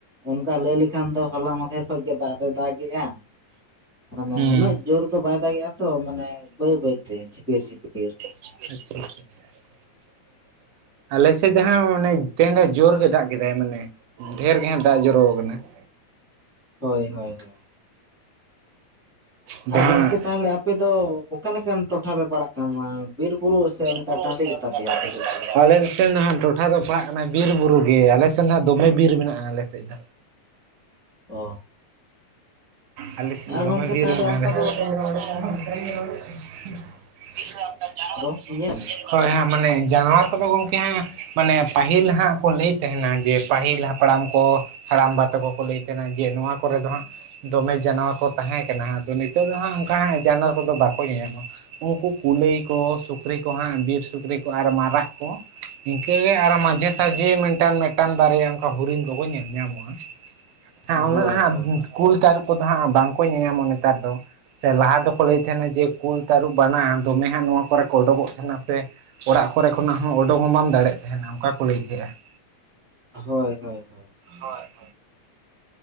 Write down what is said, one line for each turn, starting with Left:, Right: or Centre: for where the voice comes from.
Centre: ᱚᱝᱠᱟ ᱞᱟᱹᱭ ᱞᱮᱠᱷᱟᱱ ᱫᱚ ᱦᱚᱞᱟ ᱢᱟᱫᱷᱮᱨ ᱠᱷᱚᱡ ᱜᱮ ᱫᱟᱜ ᱫᱚᱭ ᱫᱟᱜ ᱜᱮᱼᱟ ᱾ ᱢᱟᱱᱮ
Right: ᱦᱩᱸ
Centre: ᱩᱱᱟᱹᱜ ᱡᱳᱨ ᱫᱚ ᱵᱟᱭ ᱫᱟᱜᱮᱜᱼᱟ ᱛᱚ ᱢᱟᱱᱮ ᱵᱟᱹᱭ ᱵᱟᱹᱭᱛᱮ ᱡᱤᱯᱤᱨ ᱡᱤᱯᱤᱨ ᱾
Right: ᱡᱷᱤᱯᱤᱨ-ᱡᱷᱤᱯᱤᱨ -ᱡᱷᱤᱯᱤᱨ ᱾ <inaudible> ᱟᱞᱮᱥᱮᱫ ᱡᱟᱦᱟᱸ ᱟᱱᱮ ᱛᱮᱹᱦᱮᱹᱧ ᱫᱚ ᱡᱳᱨ ᱜᱮ ᱫᱟᱜ ᱠᱮᱫᱟᱭ ᱢᱟᱱᱮ ᱾ ᱰᱷᱮᱹᱨ ᱜᱮ ᱦᱟᱸᱜ ᱫᱟᱜ ᱡᱚᱨᱚ ᱟᱠᱟᱱᱟ ᱾
Centre: ᱦᱳᱭ -ᱦᱳᱭ -ᱦᱳᱭ ᱾
Right: ᱟᱫᱚ
Centre: ᱟᱨ
Right: ᱦᱟᱸᱜ
Centre: ᱜᱚᱝᱠᱮ ᱛᱟᱦᱞᱮ ᱟᱯᱮ ᱫᱚ ᱚᱠᱟ ᱞᱮᱠᱟᱱ ᱴᱚᱴᱷᱟ ᱯᱮ ᱯᱟᱲᱟᱜ ᱠᱟᱱᱟ ᱢᱟ ᱵᱤᱨ ᱵᱩᱨᱩ ᱥᱮ
Right: ᱯᱩᱨᱩᱵ
Centre: ᱴᱟᱺᱰᱤ
Right: ᱥᱮᱫ
Centre: ᱜᱮᱛᱟ
Right: ᱱᱟᱠᱷᱟ
Centre: ᱯᱮᱭᱟ ᱟᱯᱮ ᱥᱮᱫ ᱫᱚ
Right: ᱟᱞᱮ ᱥᱮᱱ ᱱᱟᱜ ᱴᱷᱚᱴ <unintelligible> ᱴᱚᱴᱷᱟ ᱫᱚ ᱯᱟᱲᱟᱜ ᱠᱟᱱᱟ ᱵᱤᱨ ᱵᱩᱨᱩ ᱜᱮ ᱟᱞᱮᱥᱮᱱ ᱱᱟᱜ ᱫᱚᱢᱮ ᱵᱤᱨ ᱢᱮᱱᱟᱜᱼᱟ ᱟᱞᱮᱥᱮᱫ ᱾
Centre: ᱚ ᱾
Right: ᱟᱞᱮ ᱥᱮᱜ ᱫᱚ ᱫᱚᱢᱮ
Centre: ᱜᱚᱝᱠᱮ
Right: ᱵᱤᱨ
Centre: ᱛᱟᱦᱚᱞᱮ
Right: ᱦᱮᱱᱟᱜᱼᱟ
Centre: ᱚᱱᱠᱟ
Right: ᱟᱞᱮ ᱥᱮᱫ ᱫᱚ ᱾ ᱚᱱᱮ ᱚᱱᱠᱟ ᱡᱟᱱᱳᱣᱟᱨ
Centre: ᱫᱚ
Right: ᱠᱚᱫᱚ
Centre: ᱧᱮᱞ ᱜᱮ
Right: ᱦᱳᱭ ᱦᱟᱸᱜ ᱢᱟᱱᱮ ᱡᱟᱱᱳᱣᱟᱨ ᱠᱚᱫᱚ ᱜᱚᱝᱠᱮ ᱦᱟᱸᱜ ᱢᱟᱱᱮ ᱯᱟᱹᱦᱤᱞ ᱦᱟᱸᱜ ᱠᱚ ᱞᱟᱹᱭ ᱛᱟᱦᱮᱱᱟ ᱡᱮ ᱯᱟᱹᱦᱤᱞ ᱦᱟᱯᱲᱟᱢ ᱠᱚ ᱦᱟᱲᱟᱢᱵᱟ ᱛᱟᱠᱚ ᱠᱚ ᱞᱟᱹᱭ ᱛᱟᱦᱮᱱᱟ ᱡᱮ ᱱᱚᱣᱟ ᱠᱚᱨᱮ ᱫᱚ ᱦᱟᱸᱜ ᱫᱚᱢᱮ ᱡᱟᱱᱚᱣᱟᱨ ᱠᱚ ᱛᱟᱦᱮᱸ ᱠᱟᱱᱟ ᱟᱫᱚ ᱱᱤᱛᱚᱜ ᱫᱚ ᱦᱟᱸᱜ ᱚᱱᱠᱟ ᱡᱟᱱᱚᱣᱟᱨ ᱠᱚᱫᱚ ᱵᱟᱠᱚ ᱧᱮᱧᱟᱢᱚᱜᱼᱟ ᱾ ᱩᱱᱠᱩ ᱠᱩᱞᱟᱹᱭ ᱠᱚ ᱥᱩᱠᱨᱤ ᱠᱚ ᱦᱟᱸᱜ ᱵᱤᱨ ᱥᱩᱠᱨᱤ ᱠᱚ ᱟᱨ ᱢᱟᱨᱟᱜ ᱠᱚ ᱾ ᱤᱱᱠᱟᱹᱜᱮ ᱟᱨᱚ ᱢᱟᱡᱷᱮ ᱥᱟᱡᱷᱮ ᱢᱤᱫᱴᱟᱱ ᱢᱤᱫᱴᱟᱱ ᱵᱟᱨᱭᱟ ᱚᱱᱠᱟ ᱦᱚᱨᱤᱱ ᱠᱚᱠᱚ ᱧᱮᱞ ᱧᱟᱢᱚᱜᱼᱟ ᱾
Centre: <unintelligible>
Right: ᱟᱸ
Centre: ᱦᱳᱭ
Right: ᱩᱱᱟᱹᱜ ᱦᱟᱸᱜ
Centre: ᱦᱳᱭ
Right: ᱠᱩᱞ ᱛᱟᱹᱨᱩᱵ ᱠᱚᱫᱚ ᱦᱟᱸᱜ ᱵᱟᱝᱠᱚ ᱧᱮᱧᱟᱢᱚᱜ ᱱᱮᱛᱟᱨ ᱫᱚ ᱾ ᱥᱮ ᱞᱟᱦᱟ ᱫᱚᱠᱚ ᱞᱟᱹᱭ ᱛᱟᱦᱮᱱᱟ ᱡᱮ ᱠᱩᱞ ᱛᱟᱹᱨᱩᱵ ᱵᱟᱱᱟ ᱫᱚᱢᱮ ᱦᱟᱸᱜ ᱱᱚᱣᱟ ᱠᱚᱨᱮ ᱠᱚ ᱳᱰᱳᱠᱚᱜ ᱛᱟᱦᱮᱱᱟ ᱥᱮ ᱾ ᱚᱲᱟᱜ ᱠᱚᱨᱮ ᱠᱷᱚᱱᱟᱜ ᱦᱚᱸ ᱚᱰᱳᱠ ᱦᱚᱸ ᱵᱟᱢ ᱫᱟᱲᱮᱜ ᱛᱟᱦᱮᱱᱟ ᱚᱱᱠᱟ ᱠᱚ ᱞᱟᱹᱭ ᱠᱮᱜ ᱟ ᱾
Centre: ᱦᱳᱭ- ᱦᱳᱭ- ᱦᱳᱭ ᱾
Right: ᱦᱚᱭ